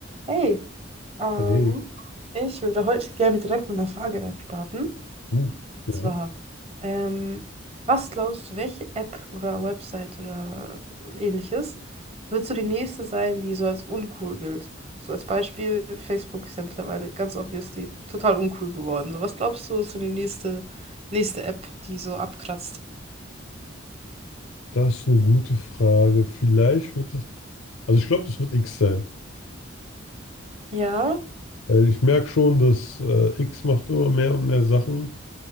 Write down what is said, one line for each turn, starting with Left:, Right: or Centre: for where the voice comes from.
Right: Hey, ähm,
Left: Hey,
Right: ich würde heute gerne direkt mit einer Frage reinstarten.
Left: uh,
Right: Und
Left: ja,
Right: zwar, ähm, was glaubst du, welche App oder Website oder ähnliches wird so die nächste sein, die so als uncool gilt? So als Beispiel, Facebook ist ja mittlerweile ganz obviously total uncool geworden. So, was glaubst du, ist so die nächste, nächste App, die so abkratzt?
Left: das ist eine gute Frage. Vielleicht wird es, also ich glaube, das wird X sein.
Right: Ja,
Left: Weil ich merke schon, dass äh, X macht immer mehr und mehr Sachen,